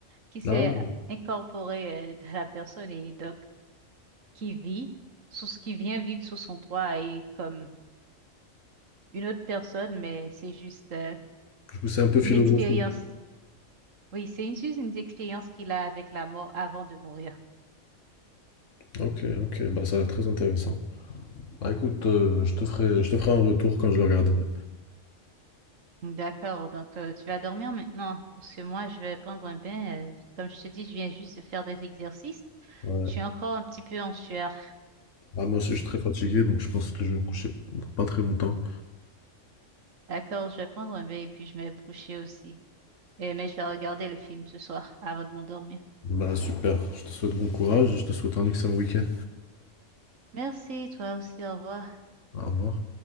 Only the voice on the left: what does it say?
Ah ouais.
Du coup, c'est un peu philosophique.
Ok, ok, bah ça a l'air très intéressant. Bah écoute, euh, je te ferai, je te ferai un retour quand je le regarderai.
Ouais.
Bah, moi aussi, je suis très fatigué, donc je pense que je vais me coucher dans pas très longtemps.
Bah super, je te souhaite bon courage et je te souhaite un excellent week-end.
Au revoir.